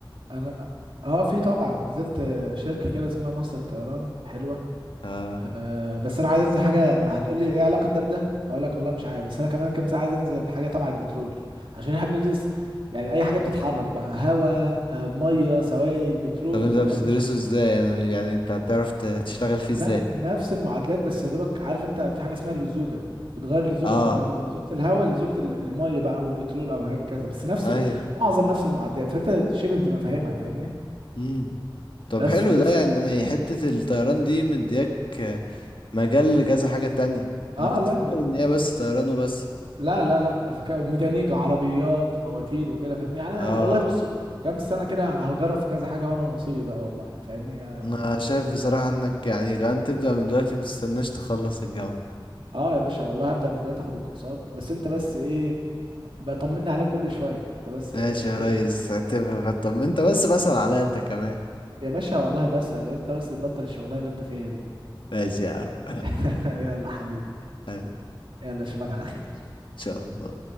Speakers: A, on the right; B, on the left.
A: انا اه في طبعا نزلت شركه كده اسمها مصر الطيران حلوه
B: اه
A: أه بس انا عايز انزل حاجه هتقول لي ايه علاقه ده بده هقول لك والله مش عارف بس انا كمان كام ساعه عايز انزل حاجه تبع البترول عشان احنا بندرس يعني اي حاجه بتتحرك بقى هواء أه ميه سوائل بترول
B: طب انت
A: فاهمني
B: بتدرسه
A: ف-
B: ازاي انا مش- يعني انت هتعرف ت- تشتغل فيه ازاي
A: نف- نفس المعادلات بس يا دوبك عارف انت في حاجه اسمها اللزوجه بتغير اللزوجه
B: اه
A: بما بي- بلزوجه الهواء لزوجه ال- الميه بقى او البترول او هكذا بس نفس
B: ايوه
A: ال- معظم نفس المعادلات فانت شبه بتبقى فاهمها فاهمني
B: امم طب
A: بس
B: حلو
A: فنفسي
B: ده يعني حتة الطيران دي مدياك اه، مجال لكذا حاجة تانية
A: اه
B: انا كنت
A: لا
B: فاكر ان هي بس طيران وبس
A: لا لا لا فك- ميكانيكا عربيات مواتير وكده فاهمني يعني
B: اه
A: انا والله بص كام سنه كده هجرب في كذا حاجه وانا ونصيبي بقى والله فاهمني اه
B: انا شايف بصراحة انك يعني كمان تبدأ من دلوقتي متستناش تخلص الجامعة
A: آه يا باشا والله هبدا من دلوقتي اخد الكورسات بس انت بس ايه بقى طمني عليك كل شويه انت بس
B: ماشي
A: آه،
B: يا
A: كل
B: ريس
A: شويه
B: اعتبر طب ما انت بس بسأل عليا انت كمان
A: يا باشا والله بسأل انت بس تبطل الشغلانه اللي انت فيها دي
B: ماشي يا عم <laughs> حبيبي،
A: <laughs> يلا حبيبي
B: ان
A: يلا اشوفك على خير
B: شاء الله